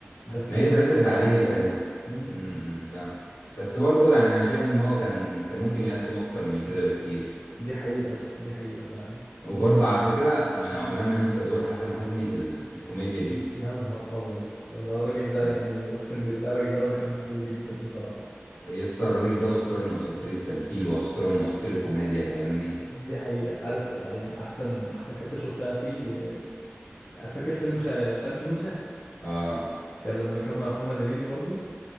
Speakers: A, on the left; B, on the left.
A: بس
B: ما هي
A: هي
B: اترسمت
A: افورت
B: عليه
A: منه
B: فاهم
A: مم.
B: امم فاهم بس برضه يعني انا شايف ان هو كان كان ممكن يقدم اكتر من كده بكتير
A: دي حقيقة يا اسطى دي حقيقة فعلا
B: وبرضه
A: بس
B: على فكرة ما
A: مم.
B: عمرنا ما ننسى دور حسن حسني في ال... في الكوميديا
A: في
B: دي
A: ال- يا نهار أبيض يا اسطى ده الراجل
B: في
A: ده يعني أقسم بالله الراجل ده أنا بحبه جدا بصراحة
B: يا اسطى الراجل ده أسطورة من أساطير التمثيل وأسطورة من أساطير الكوميديا فاهمني
A: دي حقيقة عارف آه، يعني أحسن أحسن حتة شفتها فيه آه، فاكر فيلم خ- خالتي نوسة
B: اه
A: كان لما كان مع محمد هنيدي برضه